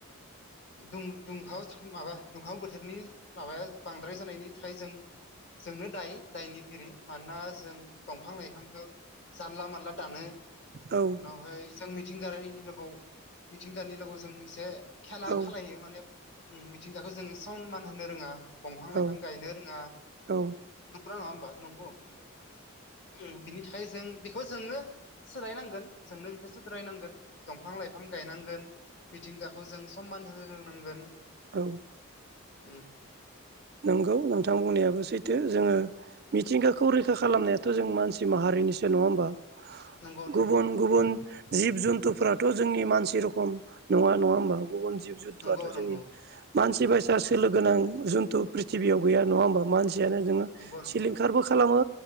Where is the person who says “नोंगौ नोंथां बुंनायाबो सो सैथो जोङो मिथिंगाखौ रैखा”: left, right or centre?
Right